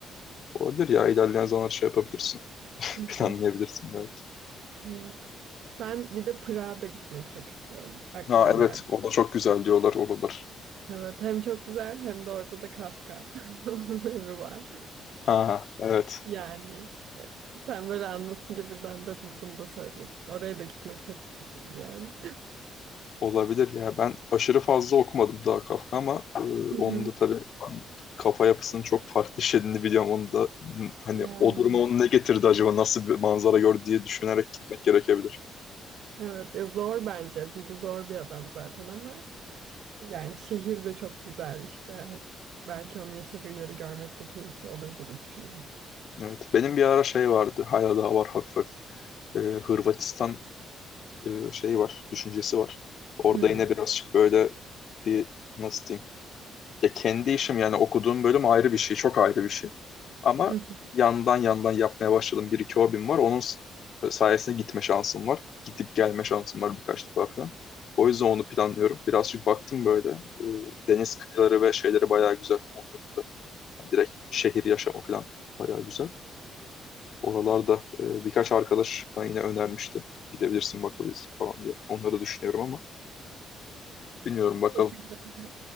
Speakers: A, on the left; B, on the right.
A: Olabilir ya ilerleyen zamanlar şey yapabilirsin. <laughs>
B: Hı
A: Planlayabilirsin
B: hı,
A: belki.
B: Evet. Ben bir de Prag'a da gitmek çok istiyorum. Aklıma
A: Ha
B: geldi.
A: evet o da çok güzel diyorlar oralar.
B: Evet, hem çok güzel hem de orada da Kafka. <laughs> Onun evi var.
A: Ha evet.
B: Yani e, sen böyle anlatınca birden dedim bunu da söyleyeyim. Oraya da gitmek çok isterim yani.
A: Olabilir ya. Ben aşırı fazla okumadım daha Kafka ama e,
B: <laughs> Hı
A: onun
B: hı.
A: da tabii kafa yapısının çok farklı işlediğini biliyorum. Onu da m, hani
B: Yani
A: o duruma onu ne getirdi acaba nasıl bir manzara gördü diye düşünerek gitmek gerekebilir.
B: evet ya zor bence. Dili zor bir adam zaten ama Yani şehir de çok güzel işte. Belki onun yaşadığı yeri görmek de keyifli olur gibi düşündüm.
A: Evet. Benim bir ara şey vardı. Hala daha var hafif hafif. E, Hırvatistan e, şeyi var. Düşüncesi var. Orada
B: Hmm.
A: yine birazcık böyle bir nasıl diyeyim Ya kendi işim yani okuduğum bölüm ayrı bir şey, çok ayrı bir şey. Ama
B: <laughs>
A: yandan yandan yapmaya başladım. Bir iki hobim var. Onun s- sayesinde gitme şansım var. Gidip gelme şansım var birkaç defa falan. O yüzden onu planlıyorum. Birazcık baktım böyle. e, Deniz kıyıları ve şeyleri bayağı güzel. Onların da yani direkt şehir yaşamı falan bayağı güzel. Oralarda e, birkaç arkadaş bana yine önermişti. Gidebilirsin bakabilirsin falan diye. Onları düşünüyorum ama bilmiyorum bakalım.
B: Peki böyle